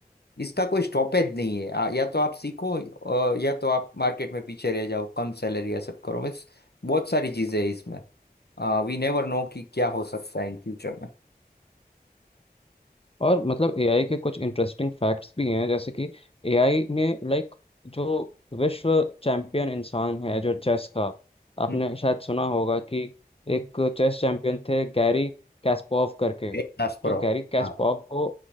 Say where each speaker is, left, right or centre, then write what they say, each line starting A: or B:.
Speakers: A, on the left; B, on the left.
A: इसका कोई स्टॉपेज नहीं है आ, या तो आप सीखो अ, या तो आप मार्केट में पीछे रह जाओ कम सैलरी एक्सेप्ट करो बस बहुत सारी चीजें हैं इसमें वी नेवर नो कि क्या हो सकता है इन फ्यूचर में
B: और मतलब एआई के कुछ इंटरेस्टिंग फैक्ट्स भी हैं जैसे कि एआई ने लाइक जो विश्व चैंपियन इंसान है जो चेस का आपने
A: हम्म,
B: शायद सुना होगा कि एक चेस चैंपियन थे गैरी कैस्पोव करके
A: एक diaspora
B: तो गैरी
A: हो।
B: कैस्पोव
A: हाँ
B: को